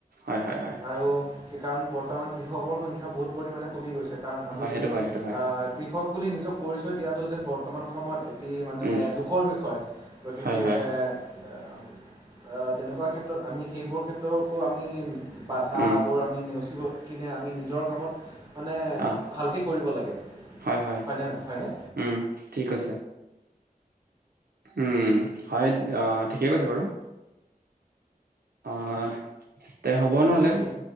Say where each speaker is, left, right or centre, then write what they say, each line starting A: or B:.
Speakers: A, on the right (about 80°); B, on the right (about 25°).
A: হয়, হয়, হয়।
B: আৰু কি কাৰণ বৰ্তমান কৃষকৰ সংখ্যা বহুত পৰিমাণে কমি গৈছে, কাৰণ আমি
A: হয় সেইটো
B: যদি
A: হয়
B: আ,
A: সেইটো হয়
B: কৃষক বুলি নিজক পৰিচয় দিয়াটো যেন বৰ্তমান সময়ত অতি মানে
A: উম
B: দূষৰ বিষয়, গতিকে
A: হয় হয়
B: আ, তেনেকুৱা ক্ষেত্ৰত আমি সেইবোৰ ক্ষেত্ৰকো আমি বাধাবোৰ
A: উম
B: আমি নেওচিব কিনে আমি নিজৰ কামত মানে
A: অ
B: ভালকে কৰিব লাগে,
A: হয় হয়
B: হয়নে, হয়নে?
A: উম, ঠিক আছে। উম, হয় অ' ঠিকে কৈছে বাৰু। অহ, তে হ'ব নহ'লে।
B: বাকী